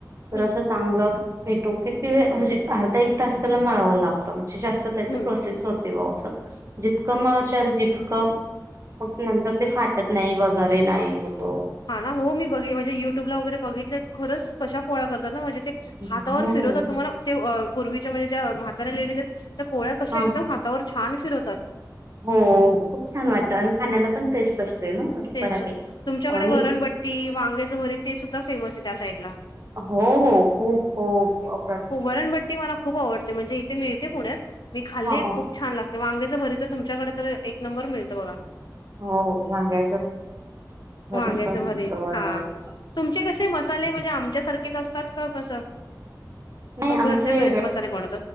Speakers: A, on the right; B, on the left.
A: तर
B: हं,
A: असं चांगलं फेटो की ति म्हणजे, अर्धा एक तास त्याला मळावा लागतं. म्हणजे जास्त त्याच
B: हं.
A: प्रोसेस होत तेव्हा असं. जितका
B: अच्छा.
A: मळशाल तीतकं. मग नंतर ते फाटत नाही, वगैरे. नाही हो,
B: हा, ना. हो मी बघे म्हणजे युट्युबला वगैरे बघितलेत. खरच, कशा पोळ्या करतात ना. म्हणजे ते
A: हो
B: हातावर फिरवतात. तुम्हाला, ते अ पूर्वीच्या म्हणजे ज्या म्हाताऱ्या लेडीज लेडीजयत त्या, पोळ्या कशा
A: हा
B: एकदम हात तावर छान फिरवतात.
A: हो, खूप छान वाटतं. अन् खाण्याला पण टेस्ट असते ना.
B: टेस्ट
A: बऱ्यापैकी
B: अस. तुमच्याकडे
A: आणि
B: वरणभट्टी, वांगेचं भरीत ते सुद्धा फेमसय, त्या साइडला.
A: हो, हो. खूप खप अ
B: हो, वरणबट्टी मला खूप आवडते. म्हणजे इथे मिळते पुण्यात. मी खालीय
A: ह ह
B: खूप छान लागते. वांगेच भरी तर तुमच्याकडे तर, एक नंबर मिळत बघा.
A: हो, वांग्याच भरीत
B: वांग्याचं
A: पण मिळतं.
B: भरीत
A: वरण
B: हा
A: बट्टी सोबत.
B: तुमचे कसे, मसाले म्हणजे आमच्यासारखेच असतात का, कसं?
A: नाही आमचे
B: घरच्या,
A: वेगवेगळे
B: घरीच मसाले बनवत